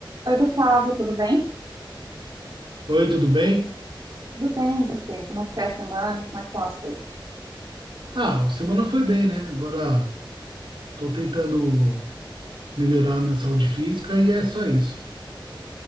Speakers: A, on the right; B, on the right.
A: Oi, Gustavo, tudo bem?
B: Oi, tudo bem?
A: Tudo bem, e você? Como é que foi a semana? Como é que estão as coisas?
B: Ah, a semana foi bem, né? Agora tô tentando melhorar a minha saúde física e é só isso.